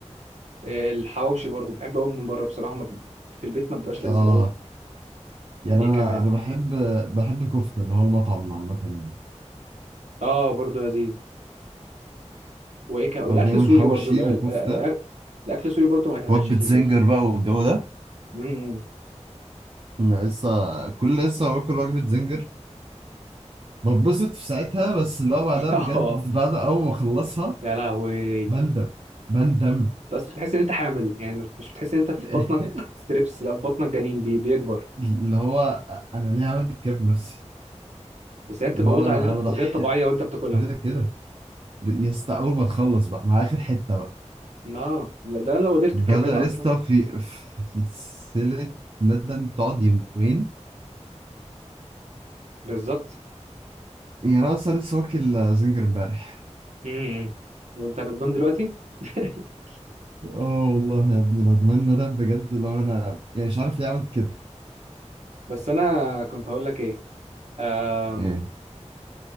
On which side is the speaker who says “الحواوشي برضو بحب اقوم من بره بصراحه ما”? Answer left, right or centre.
Right